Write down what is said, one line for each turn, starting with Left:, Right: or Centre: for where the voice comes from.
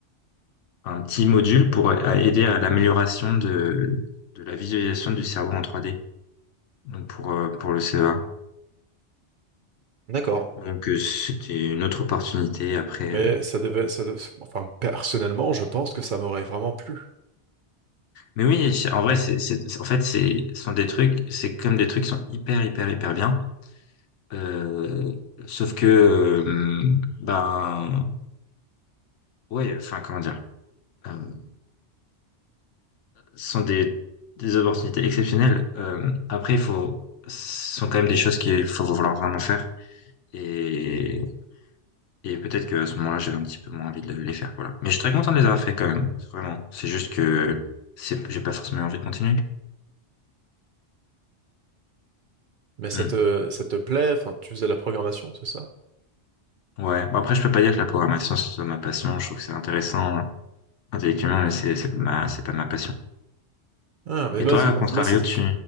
Left: un petit module pour a- aider à l'amélioration de, de la visualisation du cerveau en trois d Donc pour, euh, pour le CEA.
Right: D'accord.
Left: Donc euh, c'était une autre opportunité après.
Right: Mais
Left: euh.
Right: ça devait, ça de- enfin, personnellement, je pense que ça m'aurait vraiment plu.
Left: Mais oui, c'est- en vrai, c'est, c'est- en fait, c'est, ce sont des trucs, c'est comme des trucs qui sont hyper, hyper, hyper bien. Euh, sauf que, euh, ben, ouais, enfin, comment dire, euh, ce sont des, des opportunités exceptionnelles. Euh, après, il faut, ce sont quand même des choses qu'il faut vouloir vraiment faire. Et Et peut-être que à ce moment-là, j'avais un petit peu moins envie de les faire, voilà. Mais je suis très content de les avoir fait quand même, vraiment. C'est juste que c'est, j'ai pas forcément envie de continuer.
Right: Mais ça
Left: Hmm.
Right: te, ça te plaît, enfin, tu faisais de la programmation, c'est ça?
Left: Ouais. Bon, après, je peux pas dire que la programmation ce soit ma passion. Je trouve que c'est intéressant euh, intellectuellement, mais c'est c'est ma c'est pas ma passion.
Right: Ah, mais
Left: Et
Right: moi,
Left: toi,
Right: c'est,
Left: à contrario,
Right: moi, c'est
Left: tu